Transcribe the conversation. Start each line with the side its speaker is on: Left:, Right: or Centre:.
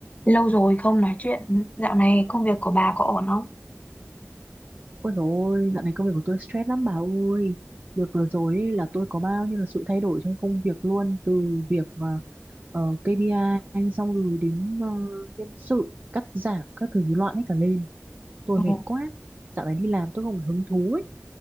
Left: Lâu rồi không nói chuyện, dạo này công việc của bà có ổn không?
Right: Ôi dồi ôi, dạo này công việc của tôi stress lắm bà ơi. Đợt vừa rồi ấy, là tôi có bao nhiêu là sự thay đổi trong công việc luôn. Từ việc uh, uh, KPI xong rồi đến ờ, nhân sự, cắt giảm, các thứ loạn hết cả lên. Tôi
Left: Ừ,
Right: mệt quá. Dạo này đi làm tôi không còn hứng thú ấy.